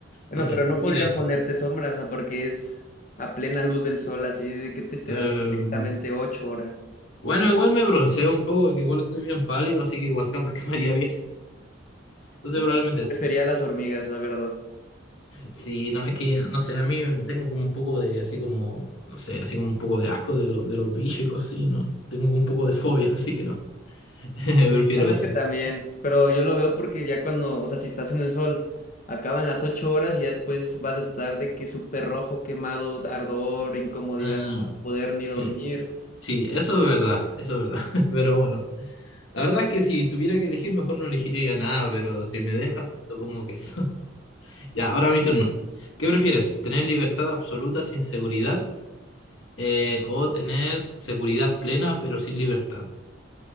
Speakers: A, on the left; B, on the left.
A: Bueno,
B: No sé,
A: pero
B: elegiré
A: no podrían
B: eso.
A: ponerte sombra, o sea, porque es a plena luz del sol, así de que te esté
B: Em,
A: dando directamente ocho horas.
B: bueno, igual me bronceo un poco, que igual estoy bien pálido, así que igual <laughs> capaz que me haría bien. Entonces,
A: No,
B: probablemente.
A: yo sí prefería las hormigas, la verdad.
B: Sí, no, es que, no sé, a mí tengo como un poco de, así como, no sé, así como un poco de asco de, lo- de los bichos y cosas así, ¿no? Tengo como un poco de fobia, <laughs> así que no, <laughs> prefiero
A: Eh, Bueno,
B: eso.
A: es que también, pero yo lo veo porque ya cuando, o sea, si estás en el sol, acaban las ocho horas y ya después vas a estar de que súper rojo, quemado, ardor, incomodidad,
B: Ah,
A: no vas a poder ni dormir.
B: sí, sí, eso es verdad, eso es verdad, <laughs> pero bueno, la verdad es que si tuviera que elegir, mejor no elegiría nada, pero si me dejan, supongo que eso. <laughs> Ya, ahora mi turno. ¿Qué prefieres? ¿Tener libertad absoluta sin seguridad eh, o tener seguridad plena pero sin libertad?